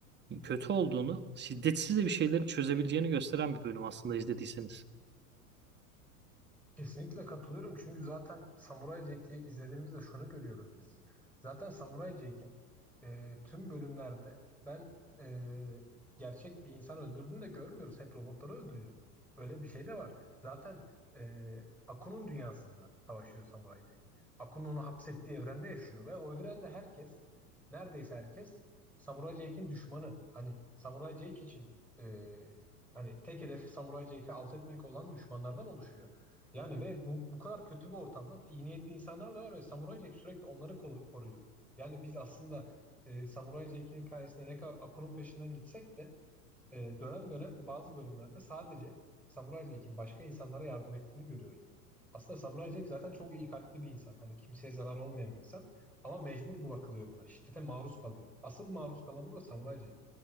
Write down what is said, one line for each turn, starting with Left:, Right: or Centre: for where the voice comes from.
Right: kötü olduğunu, şiddetsiz de bir şeylerin çözebileceğini gösteren bir bölüm aslında izlediyseniz.
Centre: Kesinlikle katılıyorum çünkü zaten Samurai Jack'i izlediğimizde şunu görüyoruz biz. Zaten Samurai Jack'in e, tüm bölümlerde ben e, gerçek bir insan öldürdüğünü de görmüyoruz. Hep robotları öldürüyor. Öyle bir şey de var. Zaten e, Aku'nun dünyasında savaşıyor Samurai Jack. Aku'nun onu hapsettiği evrende yaşıyor ve o evrende herkes, neredeyse herkes Samurai Jack'in düşmanı. Hani Samurai Jack için e, hani tek hedefi Samurai Jack'i alt etmek olan düşmanlardan oluşuyor. Yani ve bu, bu kadar kötü bir ortamda iyi niyetli insanlar da var ve Samuray Jack sürekli onları ko- koruyor. Yani biz aslında e, Samuray Jack'in hikayesinde ne kadar Akun'un peşinden gitsek de e, dönem dönem bazı bölümlerde sadece Samuray Jack'in başka insanlara yardım ettiğini görüyoruz. Aslında Samuray Jack zaten çok iyi kalpli bir insan. Hani kimseye zarar olmayan bir insan. Ama mecbur bırakılıyor buna. Şiddete maruz kalıyor. Asıl maruz kalan bu da Samuray Jack.